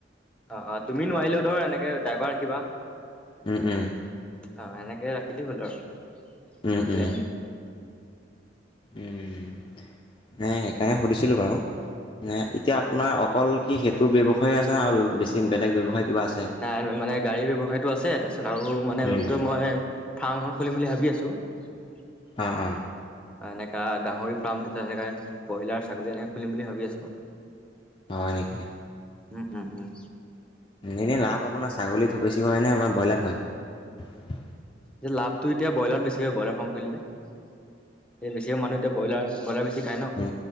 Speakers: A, in the centre; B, on the left.
A: অ অ তুমি নোৱাৰিলেও ধৰ এনেকে। তাকে ড্ৰাইভাৰ ৰাখিবা।
B: উম উম।
A: অ সেনেকে ৰাখিলি হ'ল আৰু।
B: উম
A: মিলাই
B: উম।
A: মিলি
B: উম মে সেইকাৰণে সুধিছিলো বাৰু ম এতিয়া আপোনাৰ অকল। কি সেইটো ব্যৱসায় আছে ন আৰু বেছি বেলেগ ব্যৱসায়। কিবা আছে
A: নাই মানে গাড়ী ব্যৱসায়তটো আছে তাৰপিছত আৰু মানেে
B: উম
A: মই ফাৰ্মখন খুলিম বুলি ভাবি আছো। উ <unintelligible>
B: অ অ।
A: এনেকা গাহৰি ফাৰ্ম তাৰছত এনেকে ব্ৰইলাৰ ছাগলী এনেকে খুলিম বুলি ভাবি আছো মই।
B: হয় নেকি।
A: উম উম উম।
B: এনেই লাভ আপোনাৰ ছাগলীত বেছি হয় নে আ ব্ৰইলাৰত হয়।
A: এতি লাভটো এতিয়া ব্ৰইলাৰতেছৈ ব্ৰলাৰ ফাৰ্ম খুলেতিয়া বেছিকৈ মানুহ এতিয়া ব্ৰলাৰ ব্ৰইলাৰ বেছি খাই।
B: উ